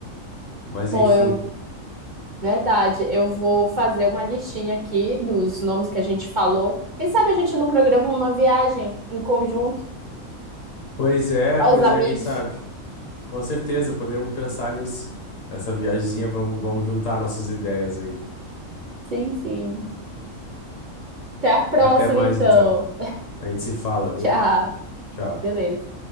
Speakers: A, on the left; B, on the right.
A: Mas
B: pô,
A: enfim.
B: eu. Verdade, eu vou fazer uma listinha aqui dos nomes que a gente falou. Quem sabe a gente não programa uma viagem em conjunto,
A: Pois é,
B: só
A: pois
B: os amigos.
A: é, quem sabe? Com certeza, podemos pensar nisso. Essa viagemzinha, vamos, vamos juntar nossas ideias aí.
B: Sim, sim. Até a próxima,
A: Até mais
B: então.
A: então. A gente se fala, viu?
B: Tchau.
A: Tchau.
B: Beleza.